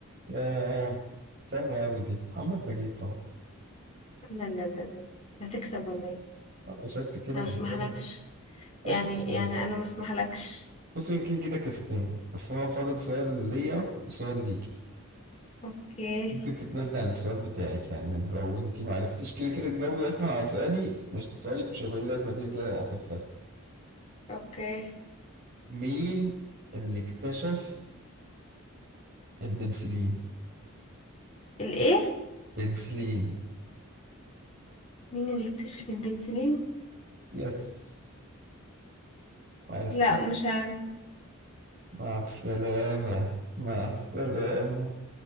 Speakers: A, on the right (about 45°); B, on the left (about 30°).
A: يا سهلة أوي دي محمد نجيب طبعا
B: لا لا لا لا هتكسب ولا ايه
A: شكلك كده
B: انا
A: كسبان
B: ما اسمحلكش
A: آخر
B: يعني
A: سؤال
B: يعني انا ما اسمحلكش
A: بصي يمكن كده كسبان بس هو فاضل سؤال ليا وسؤال ليك
B: اوكي
A: ممكن تتنازلي عن السؤال بتاعك يعني لو انت ما عرفتيش كده كده تجاوبي اصلا على سؤالي مش سؤالك مش هيبقى ليه لازمه كده كده هتخسري
B: اوكي
A: مين اللي اكتشف البنسلين
B: الايه
A: بنسلين
B: مين اللي اكتشف البنسلين
A: يس ما عرفتي
B: لا مش عارف
A: مع السلامة مع السلامة